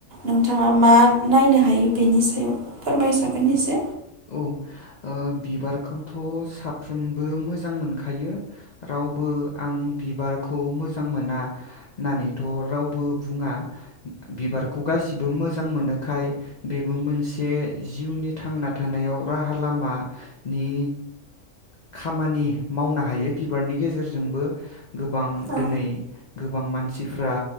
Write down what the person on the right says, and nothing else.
नोंथाङा मा नायनो हायो बेनि सायाव फोरमायसागोन एसे
औ